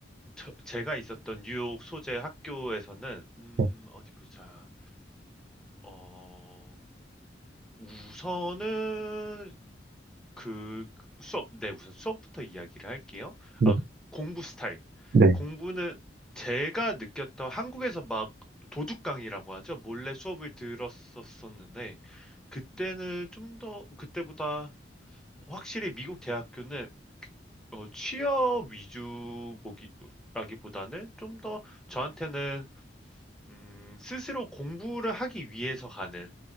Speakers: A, in the centre; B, on the right (about 55°).
A: 저- 제가 있었던 뉴욕 소재 학교에서는, 음,
B: 네.
A: 어디 보자. 어, 우선은 그 수업 네 우선 수업부터 이야기를 할게요.
B: 네.
A: 아, 공부 스타일.
B: 네.
A: 공부는 제가 느꼈던 한국에서 막 도둑 강의라고 하죠. 몰래 수업을 들었었었는데 그때는 좀 더 그때보다 확실히 미국 대학교는 어, 취업 위주 보기라기보다는 좀 더 저한테는 음, 스스로 공부를 하기 위해서 가는